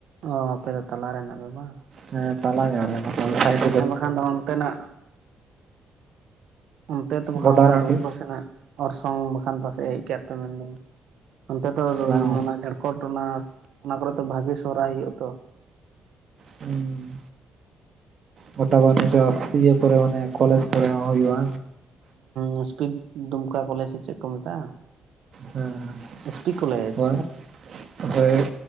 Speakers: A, on the right (about 75°); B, on the right (about 50°).
A: ᱚ ᱟᱯᱮ ᱫᱚ ᱛᱟᱞᱟ ᱨᱮ ᱢᱮᱱᱟᱜ ᱵᱮᱭᱟ ᱵᱟᱝ
B: ᱦᱮᱸ ᱛᱟᱞᱟ ᱧᱚᱜ ᱨᱮ ᱚᱱᱟ ᱫᱚ ᱟᱞᱮ ᱥᱟᱭᱤᱴ
A: ᱦᱮᱸ ᱵᱟᱠᱷᱟᱱ ᱫᱚ ᱚᱱᱛᱮᱱᱟᱜ ᱚᱱᱛᱮ ᱛᱚ
B: ᱜᱚᱰᱟ
A: ᱵᱟᱝᱠᱷᱟᱱ
B: ᱨᱮ
A: ᱫᱚ ᱫᱩᱢᱠᱟᱹ ᱥᱮᱱᱟᱜ ᱚᱨᱥᱚᱝ ᱵᱟᱠᱷᱟᱱ ᱯᱟᱥᱮᱡ ᱦᱮᱡ ᱠᱟᱜ ᱯᱮ ᱢᱮᱱᱫᱤᱧ ᱚᱱᱛᱮ ᱛᱚ <unintelligible>
B: ᱵᱟᱝ
A: ᱡᱷᱟᱲᱠᱷᱚ ᱠᱚᱴᱱᱟᱥ ᱚᱱᱟ ᱠᱚᱨᱮ ᱫᱚ ᱵᱷᱟᱜᱤ ᱥᱚᱨᱦᱟᱭ ᱦᱩᱭᱩᱜᱼᱟ ᱛᱚ
B: ᱦᱩᱸ ᱢᱚᱴᱟ ᱢᱩᱴᱤ ᱥᱭᱟᱹ ᱠᱚᱨᱮ ᱢᱟᱱᱮ ᱠᱚᱞᱮᱡᱽ ᱠᱚᱨᱮ ᱦᱚᱸ ᱦᱩᱭᱩᱜᱼᱟ
A: ᱢᱩᱥᱯᱤᱫ ᱫᱩᱢᱠᱟ ᱠᱚᱞᱮᱡᱽ ᱥᱮ ᱪᱮᱫ ᱠᱚ ᱢᱮᱛᱟᱜᱼᱟ
B: ᱦᱮᱸ
A: ᱮᱥ ᱯᱤ ᱠᱚᱞᱮᱡᱽ
B: <inaudible> ᱦᱳᱭ